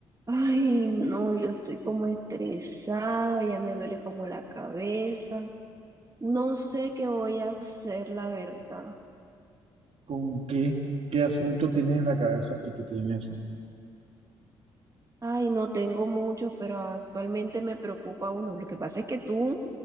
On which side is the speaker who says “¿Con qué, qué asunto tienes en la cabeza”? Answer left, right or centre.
Right